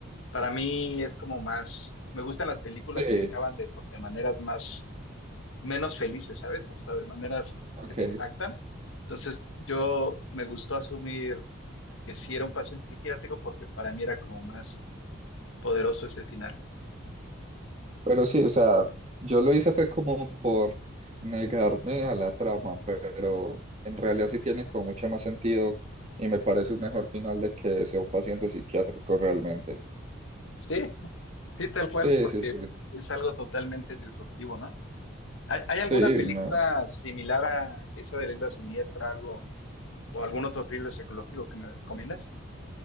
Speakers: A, on the left (about 75°); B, on the right (about 30°).
A: para mí es como más, me gustan las películas
B: Sí,
A: que acaban de, de maneras más menos felices, ¿sabes? O sea, de maneras
B: ok.
A: que te impactan. Entonces, yo me gustó asumir que sí era un paciente psiquiátrico porque para mí era como más poderoso ese final.
B: Pero sí, o sea, yo lo hice fue como por negarme a la trama, pero en realidad sí tiene como mucho más sentido y me parece un mejor final de que sea un paciente psiquiátrico realmente.
A: Sí, sí, tal cual,
B: Sí,
A: porque
B: sí, sí.
A: es algo totalmente disruptivo, ¿no? ¿Hay, hay alguna
B: Sí,
A: película
B: no.
A: similar a esa de la isla siniestra, algo, o algún otro thriller psicológico que me recomiendas?